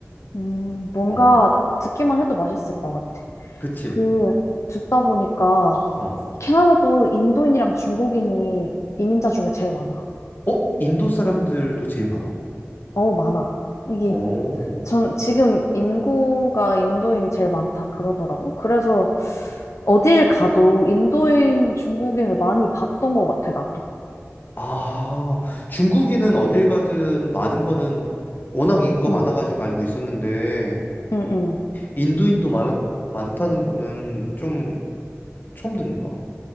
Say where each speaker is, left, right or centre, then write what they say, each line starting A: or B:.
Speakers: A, on the left; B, on the left.
A: 음, 뭔가
B: 어,
A: 듣기만 해도 맛있을 것 같아.
B: 그치.
A: 그, 듣다 보니까
B: 어,
A: 캐나다도 인도인이랑 중국인이 이민자 중에 제일 많아.
B: 어 인도 사람들도 제일 많아?
A: 어, 많아. 이게
B: 어,
A: 전 지금 인구가 인도인이 제일 많다 그러더라고. 그래서 어딜 가도 인도인 중국인을 많이 봤던 것 같아, 나도.
B: 아 중국인은 어딜 가든 많은 거는 워낙 인구가
A: 응,
B: 많아가지고 알고 있었는데
A: 응, 응.
B: 인도인도 많아 많다는 거는 좀 처음 듣는다.